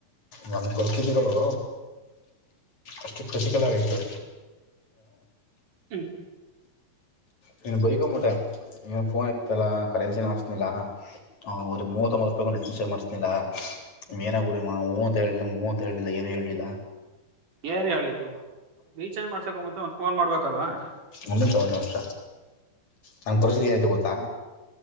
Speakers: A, on the left; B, on the right.
A: ನಂದು ಪ್ರತಧಿಗಳು ಅಷ್ಟು ಖುಷ ಕೆಲ್ಲ ಆಯತು
B: ಹ್ಮ್
A: ನೀನು ಬೈಕಮಟೆ ಏನು ಫೋನ್ ಇಯತ್ತುತಲ್ಲ ಕರೆನ್ಸಿನ ಹಾಸ್ಲ್ಲ ಅವ ಮೂವತ್ತೊಂಬತ್ತು ರೂಪಾಯಿ ನೆಟನ್ಚಾರ್ಜ್ ಮಾಡ್ಸ್ನಿಲ್ಲ ಏನ ಗುರಿಮ್ಮ ಹೂವಂತರಳಿಲ್ಲ ಮೂವಂತರಳಿಲ್ಲ ಏನು ಹೇಳಏಿಲ್ಲ
B: ಏನ್ ಹೇಳಿದ್ದು ರೀಚಾರ್ಜ್ ಮಾಡ್ಸಕ ಮು ಒಂದ ಫೋನ್ ಮಾಡ್ಬೇಕಲ್ವಾ
A: ಒಂದ ತ ಒಂದು ವಷ ನನ್ನ ಪರಿಸ್ಥಿತಿ ಏನೈತೆ ಗೊತ್ತಾ